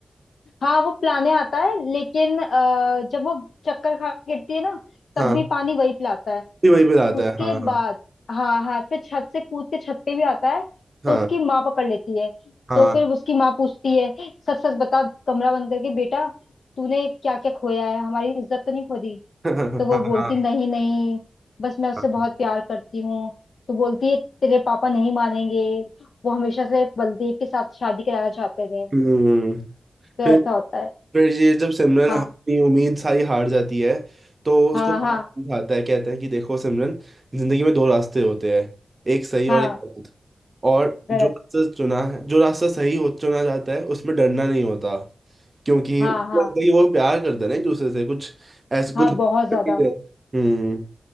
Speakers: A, on the left (about 75°); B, on the right (about 30°).
A: हाँ वो पिलाने आता है लेकिन अ, जब वो चक्कर खा के गिरती है ना तब
B: हाँ
A: भी पानी वही पिलाता है
B: वही वही पिलाता
A: उसके
B: है हाँ
A: बाद हाँ हाथ से छत से कूद के छत पे भी आता है
B: हाँ
A: तो उसकी माँ पकड़ लेती है
B: हाँ
A: तो फिर उसकी माँ पूछती है सच सच बता कमरा बंद करके बेटा तूने क्या क्या खोया है हमारी इज्जत तो नहीं खो दी
B: <laughs>
A: तो वो
B: हाँ हाँ
A: बोलती
B: हाँ।
A: नहीं नहीं बस मैं उससे
B: हाँ,
A: बहुत प्यार करती हूँ तो बोलती है तेरे पापा नहीं मानेंगे वो हमेशा से बलदेव के साथ शादी कराना चाहते थे
B: हम्म
A: तो
B: फिर
A: ऐसा होता है
B: फिर ये जब सिमरन
A: हाँ
B: अपनी उम्मीद सारी हार जाती है तो उसको
A: हाँ
B: समझाता
A: हाँ
B: है कहता है कि देखो सिमरन जिंदगी में दो रास्ते होते हैं एक सही और
A: हाँ
B: एक गलत और
A: गलत
B: जो रास्ता चुना है जो रास्ता सही हो चुना जाता है उसमें डरना नहीं होता क्योंकि
A: हाँ
B: उनको
A: हाँ
B: लगता है कि वो प्यार करते हैं ना एक दूसरे से कुछ ऐसे कुछ
A: हाँ
B: करके।
A: बहुत ज्यादा
B: हम्म